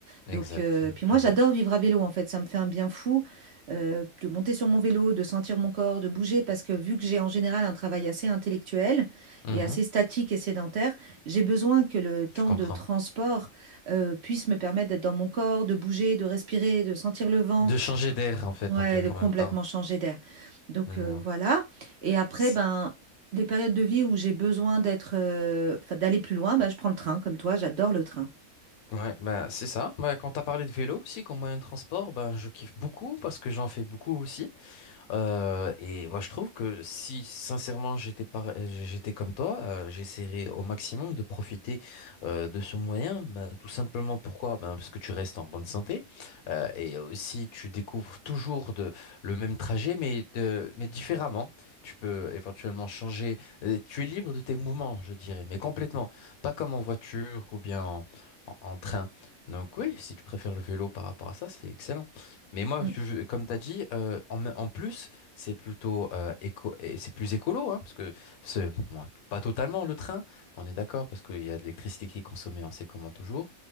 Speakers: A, on the left (about 75°); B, on the right (about 60°).
A: Exact.
B: Donc, euh, puis
A: Je
B: moi,
A: vois.
B: j'adore vivre à vélo, en fait. Ça me fait un bien fou euh, de monter sur mon vélo, de sentir mon corps, de bouger, parce que vu que j'ai en général un travail assez intellectuel
A: Mhm.
B: et assez statique et sédentaire, j'ai besoin que le temps
A: Je comprends.
B: de transport euh, puisse me permettre d'être dans mon corps, de bouger, de respirer, de sentir le vent,
A: De changer d'air, en fait,
B: Ouais,
A: un peu
B: de complètement
A: en même temps.
B: changer d'air. Donc
A: Je
B: euh,
A: vois.
B: voilà. Et après,
A: C'est-
B: ben, les périodes de vie où j'ai besoin d'être, euh, enfin, d'aller plus loin, ben, je prends le train, comme toi, j'adore le train.
A: Ouais, ben, c'est ça. Ben, quand tu as parlé de vélo aussi comme moyen de transport, ben, je kiffe beaucoup parce que j'en fais beaucoup aussi. Euh, et moi, je trouve que si sincèrement j'étais par- j'étais comme toi, euh, j'essaierais au maximum de profiter euh, de ce moyen. Ben, tout simplement pourquoi? Ben, parce que tu restes en bonne santé euh, et aussi tu découvres toujours de, le même trajet, mais, de, mais différemment. Tu peux éventuellement changer. euh, tu es libre de tes mouvements, je dirais, mais complètement. Pas comme en voiture ou bien en, en en train. Donc oui, si tu préfères le vélo par rapport à ça, c'est excellent. Mais moi,
B: Mm.
A: je comme tu as dit, euh, en, me- en plus, c'est plutôt euh, éco, et c'est plus écolo, hein, parce que c'est bon, pas totalement le train, on est d'accord, parce qu'il y a de l'électricité qui est consommée, on sait comment toujours,